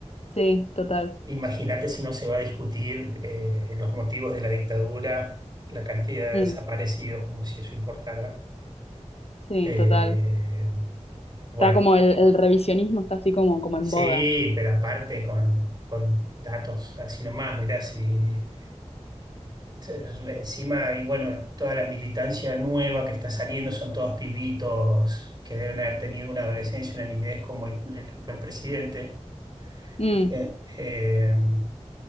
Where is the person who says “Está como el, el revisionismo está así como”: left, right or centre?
Left